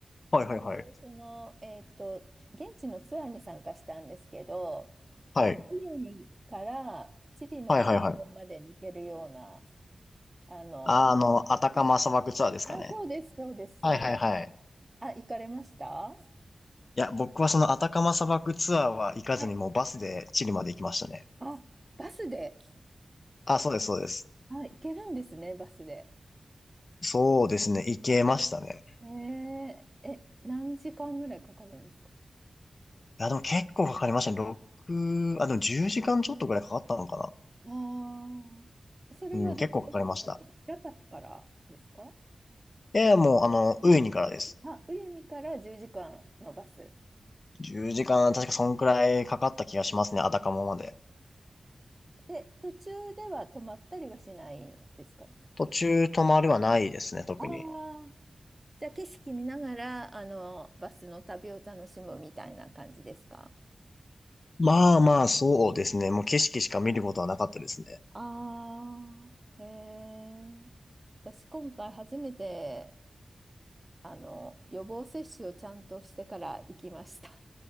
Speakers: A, on the left; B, on the right.
A: はいはいはい。
B: ちょうどその、えっと、現地のツアーに参加したんですけど、
A: はい。
B: チリにからチリの国境まで抜けるような、
A: はいはいはい。
B: あの、
A: あの、アタカマ砂漠ツアーですかね。
B: はいあ、そうです、そうです、そうです。
A: はいはいはい。
B: あ、行かれましたは
A: いや、僕はそのアタカマ砂漠ツアーは行かずにもうバスでチリまで行きましたね。
B: い。あ、バスで。
A: あ、そうです、そうです。
B: あ、行けるんですね、バスで。
A: そうですね。行けましたね。
B: えーえ、何時間ぐらいかかるんですか
A: いや、でも結構かかりましたね。6、あ、でも10時間ちょっとぐらいかかったのか
B: ああ、それはど、
A: な。うん、結構かかりました。
B: どこから、ラパスからですか
A: いやいや、もう、あの、ウイニからです。
B: うんあ、ウユニから10時間のバス。
A: 10時間、確かそんくらいかかった気がしますね。アタカモまで。
B: で、途中では止まったりはしないんですかね。
A: 途中止まりはないですね、特に。
B: ああ。じゃあ景色見ながら、あの、バスの旅を楽しむみたいな感じですか
A: まあまあ、そうですね。もう景色しか見ることはなかったですね。
B: ああ、へえ。私、今回初めて、あの、予防接種をちゃんとしてから行きました。